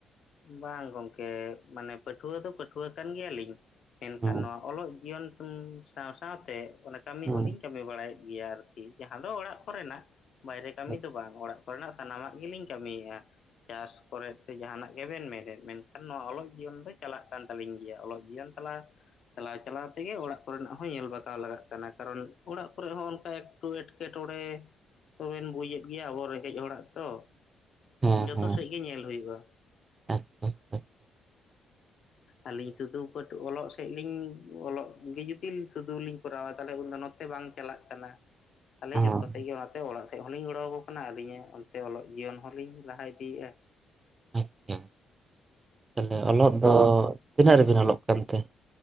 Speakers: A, on the left (about 60°); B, on the right (about 30°).
A: ᱵᱟᱝ ᱜᱚᱝᱠᱮ ᱢᱟᱱᱮ ᱯᱟᱹᱴᱷᱩᱣᱟᱹ ᱫᱚ ᱯᱟᱹᱴᱷᱩᱣᱟᱹ ᱠᱟᱱ ᱜᱮᱭᱟ ᱞᱤᱧ ᱮᱱᱠᱷᱟᱱ
B: ᱦᱩᱸ
A: ᱱᱚᱣᱟ ᱚᱞᱚᱜ ᱡᱤᱭᱚᱱ ᱥᱟᱶ ᱥᱟᱶ ᱛᱮ ᱚᱱᱟ ᱠᱟᱹᱢᱤ
B: ᱦᱩᱸ
A: ᱦᱚᱸ ᱞᱤᱧ ᱠᱟᱹᱢᱤ ᱵᱟᱲᱟᱭ ᱮᱫ ᱜᱮᱭᱟ ᱟᱨᱠᱤ ᱡᱟᱦᱟᱸ ᱫᱚ ᱚᱲᱟᱜ ᱠᱚ ᱨᱮᱱᱟᱜ ᱵᱟᱭᱨᱮ ᱠᱟᱹᱢᱤ
B: ᱟᱪᱪᱷᱟ
A: ᱫᱚ ᱵᱟᱝ ᱚᱲᱟᱜ <inaudible> ᱥᱟᱱᱟᱢᱟᱜ ᱜᱮᱞᱤᱧ ᱠᱟᱹᱢᱤᱭᱟᱼᱟ ᱪᱟᱥ ᱠᱚᱨᱮᱫ ᱥᱮ ᱡᱟᱦᱟᱱᱟᱜ ᱜᱮᱵᱮᱱ ᱢᱮᱱᱮᱫ ᱢᱮᱱᱠᱷᱟᱱ ᱱᱚᱣᱟ ᱚᱞᱚᱜ ᱡᱤᱭᱚᱱ ᱫᱚ ᱪᱟᱞᱟᱜ ᱠᱟᱱ ᱛᱟᱹᱞᱤᱧ ᱜᱮᱭᱟ ᱚᱞᱚᱜ ᱡᱤᱭᱚᱱ ᱛᱟᱞᱟ ᱪᱟᱞᱟᱣ ᱪᱟᱞᱟᱣ ᱛᱮᱜᱮ ᱚᱲᱟᱜ ᱠᱚ ᱨᱮᱱᱟᱜ ᱦᱚᱸ ᱧᱮᱞ ᱵᱟᱜᱟᱣ ᱞᱟᱜᱟᱜ ᱠᱟᱱᱟ ᱠᱟᱨᱚᱱ ᱚᱲᱟᱜ ᱠᱚᱨᱮ ᱦᱚᱸ ᱚᱱᱠᱟ ᱮᱠᱴᱩ ᱮᱴᱠᱮᱴᱚᱬᱮ <inaudible> ᱛᱚᱵᱮᱱ ᱵᱩᱡ ᱜᱮᱭᱟ ᱟᱵᱚ ᱨᱮᱸᱜᱮᱡ ᱦᱚᱲ ᱟᱜ ᱛᱚ
B: ᱦᱮᱸ
A: ᱡᱚᱛᱚ
B: ᱦᱮᱸ
A: ᱥᱮᱫ ᱜᱮ ᱧᱮᱞ ᱦᱩᱭᱩᱜᱼᱟ
B: ᱟᱪᱪᱷᱟ ᱟᱪᱪᱷᱟ ᱟᱪᱪᱷᱟ
A: ᱟᱹᱞᱤᱧ ᱥᱩᱫᱩ ᱯᱟᱹᱴᱷᱩᱶᱟᱹ ᱚᱞᱚᱜ <inaudible> ᱞᱤᱧ ᱚᱞᱚᱜ ᱜᱮ ᱡᱩᱫᱤ ᱥᱩᱫᱩ ᱞᱤᱧ ᱠᱚᱨᱟᱣ-ᱟ ᱛᱟᱦᱚᱞᱮ ᱩᱱᱫᱚ ᱱᱚᱛᱮ ᱵᱟᱝ ᱪᱟᱞᱟᱜ ᱠᱟᱱᱟ ᱛᱟᱦᱚᱞᱮ
B: ᱦᱚᱸ
A: ᱡᱚᱛᱚ ᱥᱮᱫ ᱜᱮ ᱚᱲᱟᱜ ᱥᱮᱫ ᱦᱚᱞᱤᱧ ᱜᱚᱲᱚ ᱠᱟᱱᱟ ᱟᱹᱞᱤᱧ ᱟᱜ ᱚᱱᱛᱮ ᱚᱞᱚᱜ ᱡᱤᱭᱚᱱ ᱦᱚᱸᱞᱤᱧ ᱞᱟᱦᱟ ᱤᱫᱤᱭᱮᱫᱼᱟ
B: <unintelligible> ᱛᱟᱦᱚᱞᱮ
A: ᱟᱪᱪᱷᱟ
B: ᱚᱞᱚᱜ ᱫᱚ ᱛᱤᱱᱟᱹᱜ ᱨᱮᱵᱤᱱ ᱚᱞᱚᱜ ᱠᱟᱱ ᱛᱮ